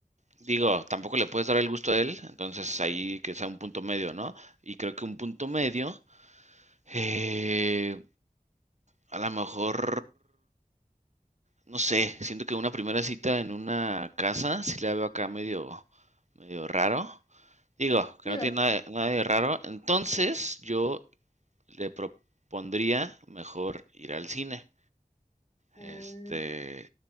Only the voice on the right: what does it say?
digo, tampoco le puedes dar el gusto a él, entonces ahí que sea un punto medio, ¿no? Y creo que un punto medio, eh, a lo mejor, no sé, siento que una primera cita en una casa, si la veo acá medio, medio raro. Digo,
que no
tiene nada, nada de raro. Entonces, yo le propondría mejor ir al cine.
Este,